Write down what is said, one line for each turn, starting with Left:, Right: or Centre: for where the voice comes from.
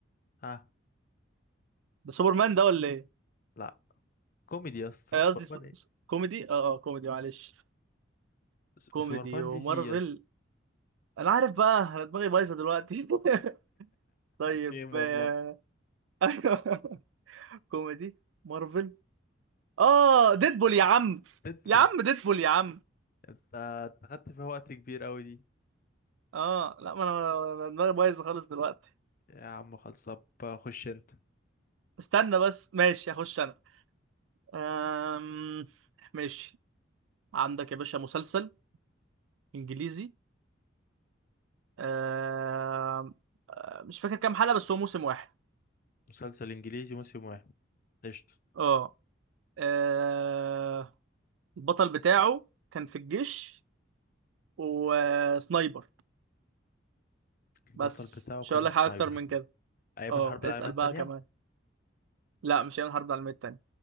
Left: ها
Right: ده سوبرمان ده ولا ايه
Left: لا كوميدي يا اسطى
Right: آه،
Left: سوبرمان
Right: قصدي سو-
Left: ايه
Right: سو- كوميدي اه اه كوميدي معلش
Left: س-
Right: كوميدي
Left: سوبرمان
Right: ومارفل
Left: دي سي يا اسطى
Right: انا عارف بقى انا دماغي بايظه دلوقتي <laughs> طيب
Left: سيم والله
Right: آه، <laughs> أيوه. كوميدي مارفل اه ديدبول يا عم
Left: ديدبول
Right: يا عم ديدبول يا عم
Left: انت أنت خدت فيها وقت كبير قوي دي
Right: اه لا ما انا أنا دماغي بايظه خالص دلوقتي
Left: يا عم خلص طب آه، خش انت
Right: استنى بس ماشي هخش انا أم... ماشي عندك يا باشا مسلسل انجليزي آه آه، مش فاكر كام حلقة بس هو موسم واحد
Left: مسلسل انجليزي موسم واحد قشطة
Right: اه آه، البطل بتاعه كان في الجيش وسنايبر
Left: البطل
Right: بس
Left: بتاعه
Right: مش
Left: كان
Right: هقول لك
Left: سنايبر
Right: حاجة أكتر من كده
Left: أيام
Right: اه
Left: الحرب
Right: اسأل
Left: العالمية التانية
Right: بقى كمان لا مش هيعمل حرب العالمية التانية